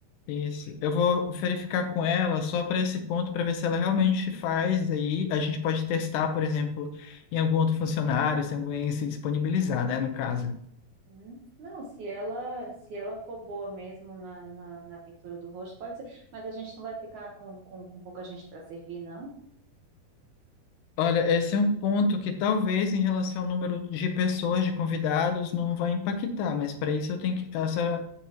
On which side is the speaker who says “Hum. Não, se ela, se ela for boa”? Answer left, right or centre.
Right